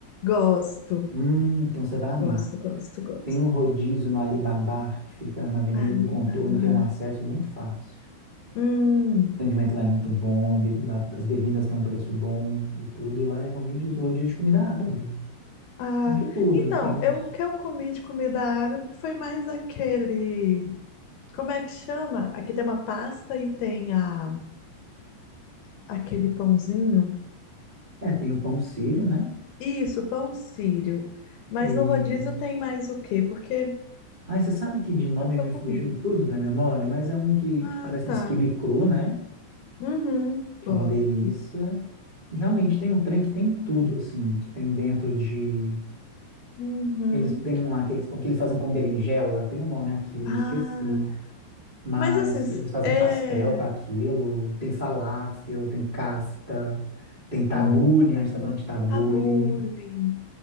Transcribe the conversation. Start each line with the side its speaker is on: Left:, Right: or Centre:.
Left: gosto.
Right: Hum, então você vai amar.
Left: Gosto, gosto, gosto.
Right: Tem um rodízio no Alibaba, que fica na Avenida
Left: Alibaba.
Right: do Contorno, que é um acesso muito fácil.
Left: Hum.
Right: O atendimento lá é muito bom, a be- lá as bebidas têm um preço bom e tudo, e lá é rodízio, rodízio de comida árabe.
Left: Ah,
Right: De tudo.
Left: então,
Right: Tem uns.
Left: eu, o que eu comi de comida árabe foi mais aquele. Como é que chama? Aqui tem uma pasta e tem a, aquele pãozinho.
Right: É, tem o pão sírio, né?
Left: Isso, pão sírio. Mas
Right: E.
Left: no rodízio tem mais o quê? Porque
Right: Ai, você sabe que de nome
Left: eu nunca
Right: me
Left: comi.
Right: fugiu tudo da memória, mas é um que, que
Left: Ah,
Right: parece
Left: tá.
Right: um quibe cru, né?
Left: Uhum,
Right: Que
Left: gosto.
Right: é uma delícia. E realmente tem um trem que tem tudo, assim, que tem dentro de.
Left: Uhum.
Right: Eles têm um lá que eles, que eles fazem com berinjela, tem um nome aquilo,
Left: Ah,
Right: eu esqueci. Mas
Left: mas assim, s-
Right: eles fazem
Left: é.
Right: pastel com aquilo, tem falafel, tem kafta, tem tabule,
Left: Hum,
Right: a gente tá falando de tabule,
Left: tabule.